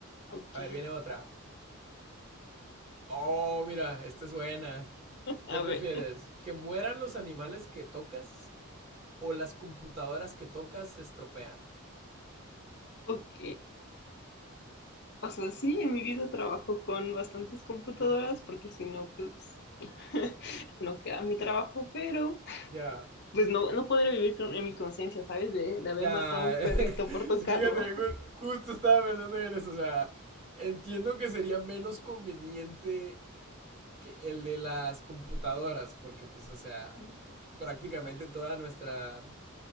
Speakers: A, on the left; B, on the right.
A: Ok.
B: A ver, viene otra. Oh, mira, esta es buena. ¿Qué
A: A
B: prefieres?
A: ver,
B: ¿Que mueran los animales que tocas o las computadoras que tocas se estropean?
A: ok. O sea, sí, en mi vida trabajo con bastantes computadoras porque si no, pues, <laughs> no queda mi trabajo, pero...
B: Ya.
A: Pues no, no podría vivir con- en mi conciencia, ¿sabes? De, de haber
B: Ya,
A: matado a un perrito
B: <laughs>
A: por tocarlo.
B: fíjate, ju- justo estaba pensando yo en eso, o sea, entiendo que sería menos conveniente que el de las computadoras, porque pues, o sea,
A: <laughs>
B: prácticamente toda nuestra,